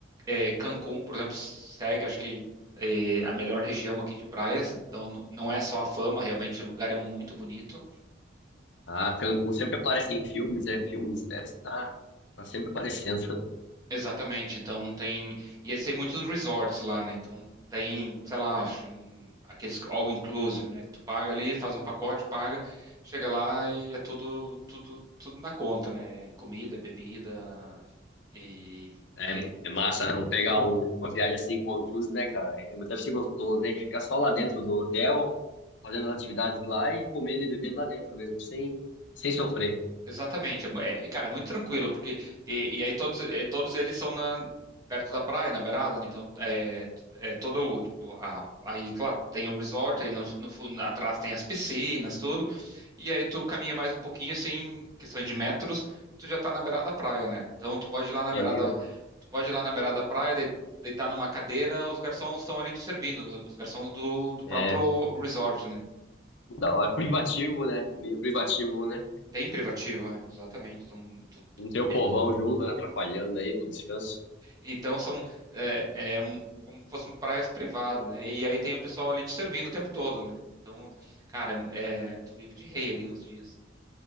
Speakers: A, on the right (about 20°); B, on the left (about 80°).
A: é, Cancún, por exemplo, segue, acho que é a melhor região aqui de praias. Então, não não é só a fama, realmente, o lugar é muito bonito.
B: Ah, Cancún sempre aparece em filmes, é filmes de séries, tá, tá sempre aparecendo. <laughs>
A: Exatamente, então tem. E eles têm muitos resorts lá, né? Então tem, sei lá, acho, um- aqueles all inclusive, né? Que tu paga ali, faz um pacote, paga, chega lá e é tudo, tudo, tudo na conta, né? Comida, bebida e,
B: É,
A: e é-
B: é massa, né? Vamos pegar um- uma viagem assim com inclusive, né, cara? É- Deve ser gostoso, né? Ficar só lá dentro do hotel, fazendo as atividades lá e comendo e bebendo lá dentro mesmo, sem, sem sofrer.
A: exatamente. É- é- cara, é muito tranquilo, porque e, e aí todos, é, todos eles são na, perto da praia, na beirada, né? Então é, é todo, tipo, a, aí, claro, tem o resort, aí no, no fu- atrás tem as piscinas, tudo. E aí tu caminha mais um pouquinho, assim, questão de metros, tu já tá na beirada da praia, né? Então tu pode ir lá na
B: É
A: beirada,
B: meio.
A: tu pode ir lá na beirada da praia, de- deitar numa cadeira, os garçons estão ali te servindo, né? os garçons do, do próprio
B: é
A: resort, né?
B: Da hora, privativo, né? Meio privativo, né?
A: Bem privativo, é, exatamente. Então, tu-
B: Não ter o
A: me-
B: povão junto, né, atrapalhando aí do descanso.
A: então são é, é um- como se fossem praias privadas, né? E aí tem o pessoal ali te servindo o tempo todo, né? Então, cara, é- tu vive de rei ali uns dias.